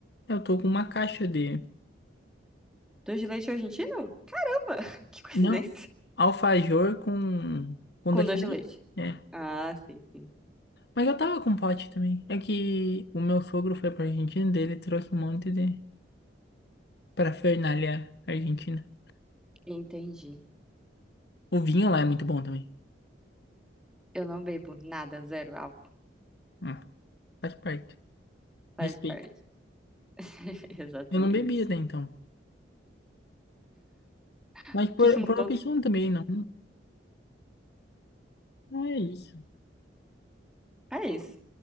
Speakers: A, on the left (about 60°); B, in the centre.
A: Eu tô com uma caixa de...
B: Doce de leite argentino? Caramba, <laughs> que coincidência.
A: Não, alfajor com... com
B: Com
A: docinete.
B: doce de leite.
A: É.
B: Ah, sim, sim.
A: Mas eu tava com pote também. É que o meu sogro foi pra Argentina, dele trouxe um monte de parafernália argentina.
B: Entendi.
A: O vinho lá é muito bom também.
B: Eu não bebo nada, zero álcool.
A: Hum, faz parte.
B: Faz
A: Respeito.
B: parte. <laughs> Exatamente.
A: Eu não bebia até então.
B: O
A: Mas por,
B: que que mudou?
A: por opção também, não. Não é isso.
B: É isso.